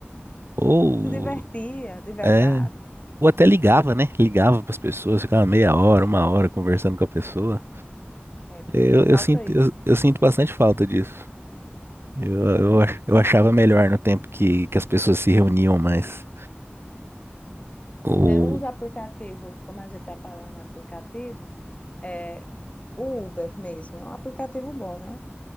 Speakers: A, on the right (about 70°); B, on the left (about 30°).
A: ou...
B: Se divertia, de verdade,
A: É, ou até ligava, né? Ligava pras pessoas, ficava meia hora, uma hora conversando com a pessoa.
B: era.
A: Eu, eu
B: Falta
A: sinto,
B: isso
A: eu, eu sinto bastante falta disso. Eu,
B: também.
A: eu, ach- eu achava melhor no tempo que, que as pessoas se reuniam mais. O
B: Tem uns aplicativos, como a gente tá falando em aplicativo, é o Uber mesmo, é um aplicativo bom, né?